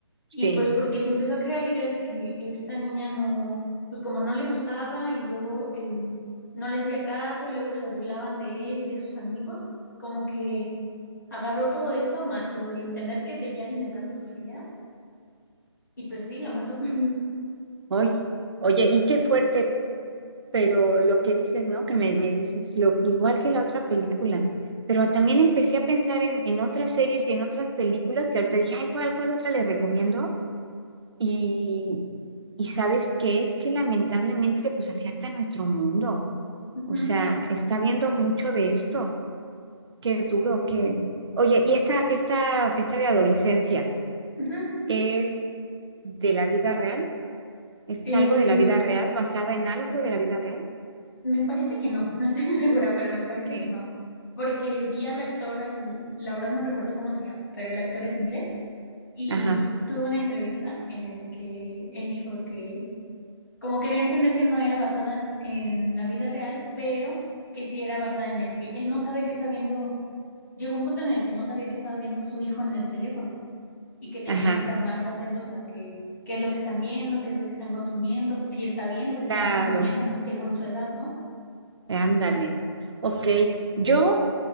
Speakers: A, on the right; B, on the left.
A: sí,
B: y pues porque se empezó a crear ideas de que esta niña no, pues como no le gustaba y luego él no le hacía caso y luego se burlaban de él y de sus amigos, como que agarró todo esto más lo del internet que seguía alimentando sus ideas y pues sí, la mató. <laughs>
A: oye, oye, y qué fuerte, pero lo que dices, ¿no? Que me, me dices, lo, igual que la otra película, pero también empecé a pensar en, en otras series y en otras películas que ahorita dije, ay, ¿cuál, cuál otra le recomiendo? Y, y ¿sabes qué? Es que lamentablemente, pues así hasta nuestro mundo,
B: Ujú,
A: o sea, está viendo mucho de esto, que es duro, que... Oye, ¿y esta, esta, esta de adolescencia
B: ujú.
A: Ujú. es de la vida real? ¿Es
B: Eh,
A: algo de la vida real, Mm, basada en algo de la vida real?
B: me parece que no, no estoy muy segura, pero me parece
A: Que-
B: que no, porque vi al actor, al- la verdad no recuerdo cómo se llama, pero el actor es inglés y
A: Ajá,
B: tuvo una entrevista en el que él dijo que Como quería entender que no era basada en, en la vida real, pero que sí era basada en el que él no sabe que está viendo, llegó un punto en el que no sabía que estaba viendo su hijo en el teléfono y que tenían
A: ajá,
B: que estar más atentos a que, qué es lo que están viendo, qué es lo que están consumiendo, si está bien lo que están
A: claro.
B: consumiendo según su edad, ¿no?
A: Ándale. Ok. Yo,